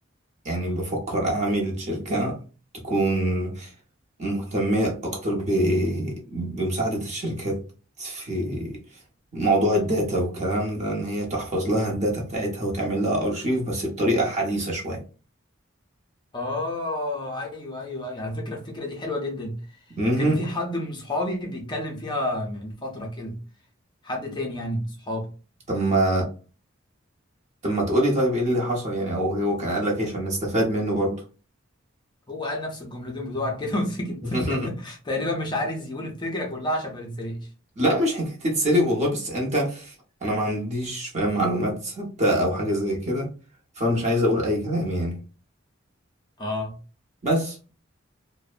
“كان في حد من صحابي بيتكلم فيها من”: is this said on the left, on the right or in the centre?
Left